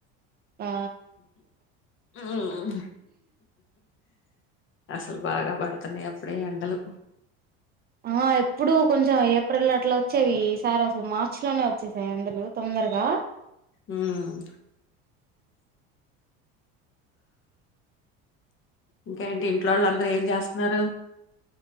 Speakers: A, on the right (about 30°); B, on the left (about 40°).
A: ఆ
B: మ్మ్ అసల్ బాగా పడుతున్నాయి అప్పుడే ఎండలు
A: ఆ ఎప్పుడు కొంచెం ఏ ప్రియిల్ అట్లా ఓచ్చేవి ఈసార్ అసలు మార్చిలోనే ఒచ్చేసాయి ఎండలు తొందరగా
B: మ్మ్ ఇంకేంటి ఇంట్లో వాళ్ళు అందరూ ఏం జేస్తున్నారు